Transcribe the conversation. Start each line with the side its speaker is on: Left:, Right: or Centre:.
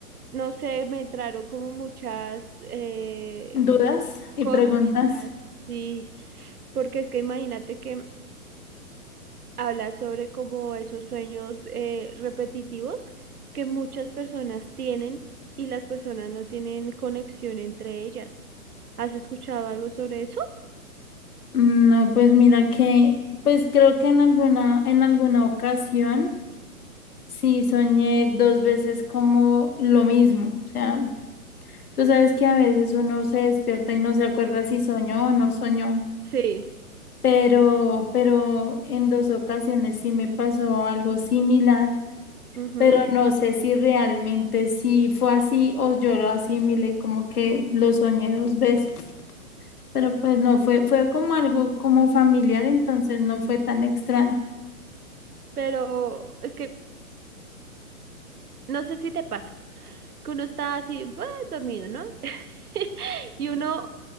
Right: no sé, me entraron como muchas eh,
Left: ¿Dudas y
Right: cógnitas,
Left: preguntas?
Right: sí, porque es que imagínate que habla sobre como esos sueños eh, repetitivos que muchas personas tienen y las personas no tienen conexión entre ellas. ¿Has escuchado algo sobre eso?
Left: Mm, No, pues mira que, pues creo que en alguna, en alguna ocasión sí soñé dos veces como lo mismo. O sea, tú sabes que a veces uno se despierta y no se acuerda si soñó o no soñó.
Right: Sí.
Left: pero, pero en dos ocasiones sí me pasó algo similar,
Right: ujú.
Left: pero no sé si realmente sí fue así o yo lo asimilé como que lo soñé dos veces, pero pues no fue, fue como algo como familiar, entonces no fue tan extraño,
Right: Pero es que no sé si te pasa, que uno está así, "Buah", dormido, ¿no? <laughs> Y uno